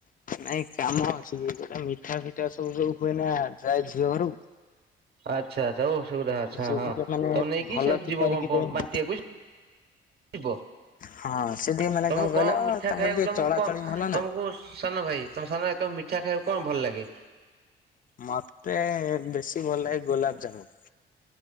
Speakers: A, on the left; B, on the right.
A: ନାଇଁ କାମ ଅଛି ଜଓଟା ମିଠା ଫିଠା ସବୁ ହୁଏ ନା ଯାଏ ଝିଅ ଘରକୁ
B: ଆଚ୍ଛା ଆଚ୍ଛା ହଉ ସେଗୋର ହଁ
A: ସିଏ
B: ହଁ
A: ଟିକେ ମାନେ
B: ତମ ନେଇକି
A: ଭଲ
B: ସୁ
A: କି
B: ଯିବ
A: କରିକି
B: ବାଟିିବାକୁ
A: ଦେବେ ନା
B: ଯିବ ଯିବ
A: ହଁ ସେ ଟିକେ
B: ତମକୁ
A: ମାନେ କହିଲ
B: କଣ ମିଠା
A: ତାଙ୍କର
B: ଖାଇବାକୁ
A: ଟିକେ
B: ତମକୁ
A: ଚଳାଚଳି
B: କଣ
A: ଭଲ ନା
B: ତମକୁ ସାନ ଭାଇ ତମ ସାନ ଭାଇ ତମେ ମିଠା ଖାଇବାକୁ କଣ ଭଲ ଲାଗେ?
A: ମତେ ବେଶୀ ଭଲ ଲାଗେ ଗୋଲାପଜାମୁନ।